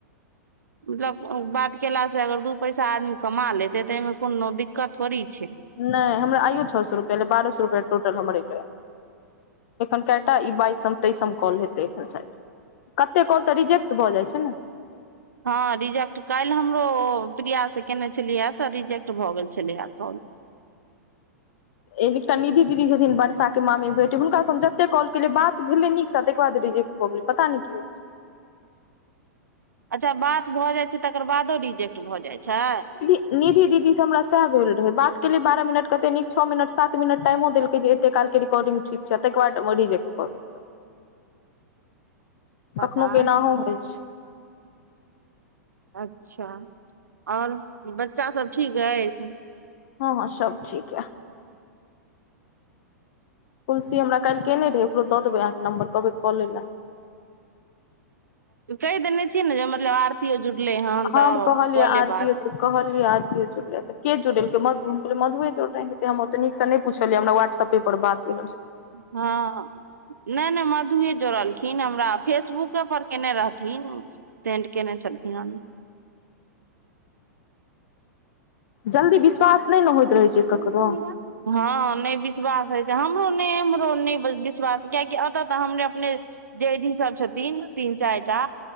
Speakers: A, on the right; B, on the left.
A: मतलब बात केला सँ अगर दू पैसा आदमी कमा लेतै तऽ एहिमे कोनो दिक्कत थोड़ी छै
B: नहि हमरा आइयो छ सौ रुपया एलै बारह सौ रुपैया टोटल हमर एलै एखन कएटा ई बाइसम तेइसम कॉल हेतै एखन सायद कते कॉल तऽ रिजेक्ट भऽ जाइ छै नऽ
A: हँ रिजेक्ट काल्हि हमरो ओ प्रियासँ केयने छलिय हे तऽ रिजेक्ट भऽ गेल छलै हे कॉल
B: ए एकटा निधि दीदी छथिन वर्षाके मामी बेटी हुनकासँ हम जतेक कॉल केलियै बात भेलै नीकसँ ताकर बाद रीजेक्ट भऽ गेल पता नइ की होइ छै
A: अच्छा बात भऽ जाइ छै तकर बादो रिजेक्ट भऽ जाइ छै
B: निधी दीदी से हमरा सेह भेल रहै बात केलियै बारह मिनट कते नीक छ मिनट सात मिनट टाइमो देलकै जे एते कालके रिकॉर्डिंग ठीक छै ताहि के बाद रिजेक्ट कऽ देलकै
A: पता
B: कखनो कऽ
A: नहि
B: एनाहुँ होइ छै
A: अच्छा आओर बच्चा सब ठीक अछि
B: हँ हँ सब ठीक य तुलसी हमरा काल्हि केने रहै ओकरो दऽ देबै अहाँके नम्बर कहबै कऽ लैय लऽ
A: कहि देने छियै ने जे मतलब आरतीयै जुड़लै हन
B: हम
A: तऽ
B: कहलियै
A: कऽ लेब
B: आरतीयो
A: बात
B: जे कहलियै आरतियो जुड़लै तऽ जुड़ेलकै मधु मधुए जुड़ले हेतै हम ओते नीकसँ नइ पुछलियै हमरा वाट्सप पेप पर बात भी
A: हँ नहि नहि मधुए जोड़लखिन हमरा फेसबुके पर केने रहथिन सेंड केने छलखिन हं
B: जल्दी
A: <unintelligible>
B: विश्वास नहि ने होइत रहै छै ककरो
A: हँ नहि विश्वास होइ छै हमरो नहि हमरो नहि विश्वास कीयाकि एतऽ तऽ हमर अपने जैधी सब छथिन तीन चारिटा